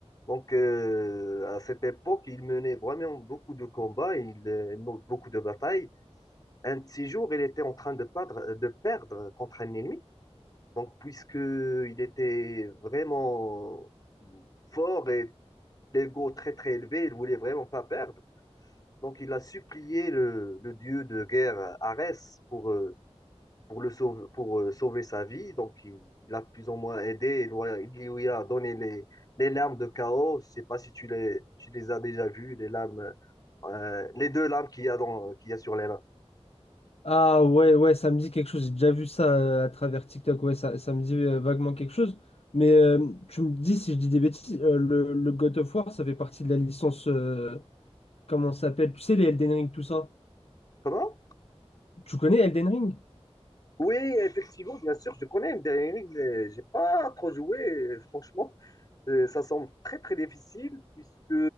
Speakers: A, on the left; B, on the left.
A: Donc, euh, à cette époque, il menait vraiment beaucoup de combats, il, euh, beaucoup de batailles. Un de ces jours, il était en train de perdre, de perdre contre un ennemi. Donc, puisqu'il était vraiment fort et l'ego très, très élevé, il voulait vraiment pas perdre. Donc, il a supplié le, le dieu de guerre, Arès, pour, euh, pour le sauver, pour euh, sauver sa vie. Donc, il, il a plus ou moins aidé. Il lui a, il lui a donné les, les lames de chaos. Je sais pas si tu les, tu les as déjà vues, les lames euh, les deux lames qu'il y a dans, qu'il y a sur les mains.
B: Ah ouais, ouais, ça me dit quelque chose. J'ai déjà vu ça euh, à travers TikTok. Ouais, ça, ça me dit euh, vaguement quelque chose. Mais euh, tu me dis si je dis des bêtises, euh, le, le God of War, ça fait partie de la licence. euh, comment ça s'appelle? Tu sais, les Elden Ring, tout ça.
A: Comment?
B: Tu connais Elden Ring?
A: Oui, effectivement, bien sûr, je connais Elden Ring, mais j'ai pas trop joué, franchement. Euh, ça semble très très difficile puisque